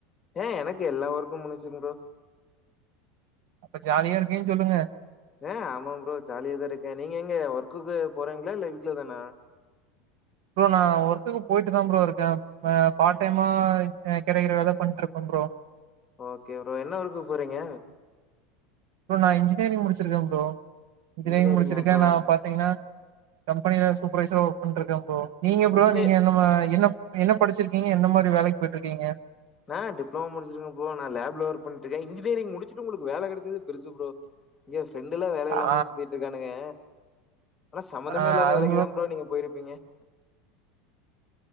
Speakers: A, on the left; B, on the right.
A: ஏ எனக்கு எல்லா வொர்க்கும் முடிஞ்சு ப்ரோ
B: அப்ப ஜாலியா இருக்கேன்னு சொல்லுங்க
A: ஆ ஆமா ப்ரோ ஜாலியதான் இருக்கேன் நீங்க எங்க ஒர்க்குக்கு போறீங்களா இல்ல வீட்லதானா
B: ப்ரோ நான் ஒர்க்குக்கு போயிட்டு தான் ப்ரோ இருக்கேன் பார்ட் டைமா கிடைக்கிற வேலைய பண்ட்டு இருப்பேன் ப்ரோ
A: ஓகே ப்ரோ என்ன ஒர்க்குக் போறீங்க
B: ப்ரோ நான் இன்ஜினியரி்ங் முடிச்சிருக்கேன் ப்ரோ இன்ஜினியரிங்
A: இன்ஜினியரிங்கா
B: முடிச்சிருக்கேன்
A: ப்ரோ
B: நான் பாத்தீங்கன்னா கம்பெனியில சூப்பர்வைசர்ரா‌ ஒர்க் பண்ட்ருக்கேன் ப்ரோ நீங்க
A: இன்ஜினியர்
B: ப்ரோ நீங்க நம்ம என்ன நீங்க என்ன படிச்சிருக்கீங்க என்ன மாரி வேலைக்கு போயிட்டுருக்கீங்க
A: நான் டிப்ளமோ முடிச்சிருக்கேன் ப்ரோ நான் லேப்ல ஒர்க் பண்ணிட்டு இருக்கன் இன்ஜினியரிங் முடிச்சட்டு உங்களுக்கு வேலை கிடைச்சது பெருசு ப்ரோ இங்க ஃப்ரெண்டுல்லாம் வேலை
B: ஆ
A: இல்லாமாதா சுத்திட்டு இருக்கானுங்க ஆனா சமமந்தமே
B: ஆ
A: இல்லாத
B: அது
A: வேலைக்கு தான் ப்ரோ நீங்க போயிருப்பீங்க <inaudible>